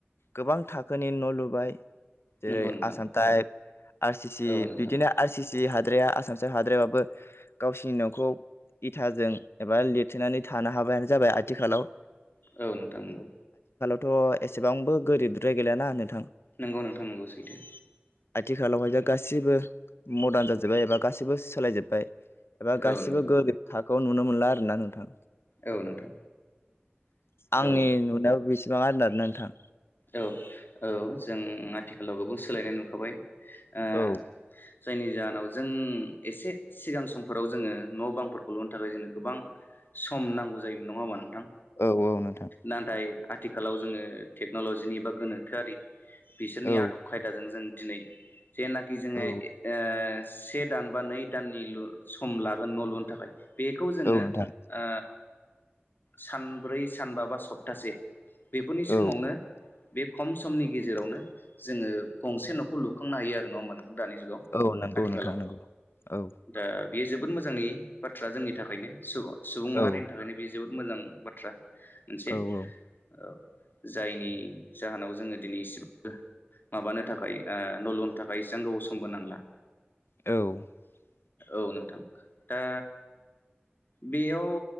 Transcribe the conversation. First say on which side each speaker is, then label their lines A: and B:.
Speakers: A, on the left; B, on the left.
A: गोबां थाखोनि न' लुबाय। जेरै
B: नंगौ नोंथां
A: आसाम टाइप, आर सि सि
B: औ नोंथां
A: बिदिनो आर सि सि हाद्राया आसामसो हाद्रायाबाबो गावसिनि न'खौ इथाजों एबा लिरथोननानै थानो हाबायानो जाबाय आथिखालाव।
B: औ नोंथां नोंगौ।
A: थ' एसेबांबो गोरिबद्राय गैलियाना नोंथां?
B: नोंगौ नोंथां नोंगौ सैथो।
A: आथिखालावहाय जा गासैबो मदारन जाजोब्बाय एबा गासैबो सोलायजोब्बाय। एबा गासिबो
B: औ नोंथां
A: गोरिब थाखोआव नुनो मोनला आरोना नोंथां।
B: औ नोंथां
A: आंनि
B: औ
A: नुनायाव बेसेबां आरोना नोंथां।
B: औ-औ जों आथिखालाव गोबां सोलायनाय नुखाबाय ओ।
A: औ
B: जायनि जाहोनाव जों एसे सिगां समफोराव जोङो न' बांफोरखौ लुनो थाखाय जोङो गोबां। सम नांगौ जायोमोन नङाओमबा नों नोंथां
A: औ औ नोंथां
B: नाथाय आथिखालाव जोङो टेक्न'लजिनि बा गोनोखोआरि। बिसोरनि
A: औ
B: आदब खायदाजों जों दिनै जेनाखि जोंङो
A: औ
B: ओ ओ। से दान बा नै दाननि लु सम लागोन न' लुनो थाखाय बेखौ जोङो
A: औ नोंथां
B: ओ। सानब्रै सानबा बा सप्तासे बेफोरनि समावनो।
A: औ
B: बे खम समनि गेजेरावनो जोंङो गंसे न'खौ लुखांनो हायो आरो नङा नों--। दानि जुगाव
A: औ नंगौ
B: आथिखालाव
A: नोंथां नंगौ औ
B: दा। बेयो जोबोद मोजांनि बाथ्रा जोंनि थाखायनो सुबुं सुबुं माहारिनि
A: औ
B: थाखायनो बेयो जोबोद मोजां बाथ्रा। मोनसे
A: औ
B: ओ‌। जायनि जाहोनाव जोङो दिनै इसेबो। माबानो थाखाय ओ न'लुनो थाखाय इसां गोबाव समबो नांला।
A: औ
B: औ नोंथां दा। बेयाव